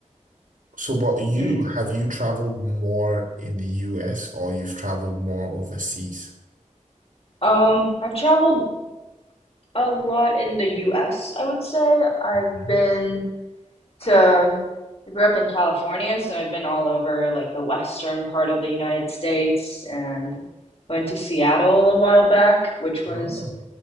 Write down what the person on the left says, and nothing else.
mm.
um I've traveled a lot in the US I would say I've
been to I grew up in California, so I've been all over like the western part of the United States and went to Seattle a while back, which was